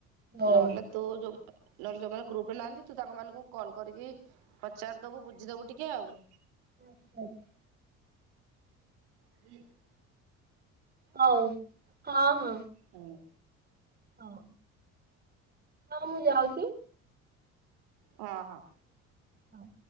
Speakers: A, on the right; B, on the right.
A: ଆଉ
B: ନହେଲେ ତୁ ଯୋଉ <inaudible> ଜଣ ଗ୍ରୁପରେ ନାହାନ୍ତି ତୁ ତାଙ୍କ ମାନଙ୍କୁ କଲ୍ କରିକି ପଚାରଦବୁ ବୁଝିଦବୁ ଟିକେ ଆଉ।
A: ଆଚ୍ଛା ଆଚ୍ଛା।
B: <inaudible>
A: ହଉ ହଁ ହଁ।
B: ହୁଁ।
A: ହଉ ହଉ ମୁଁ ଯାଉଛି।
B: ଅ ହଁ।
A: ହଁ।